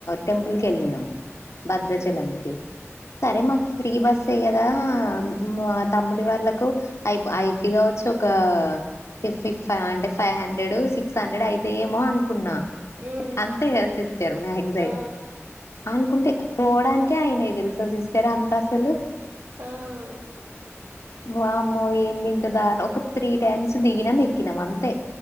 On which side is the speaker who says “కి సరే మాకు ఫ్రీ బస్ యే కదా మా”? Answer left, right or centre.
Left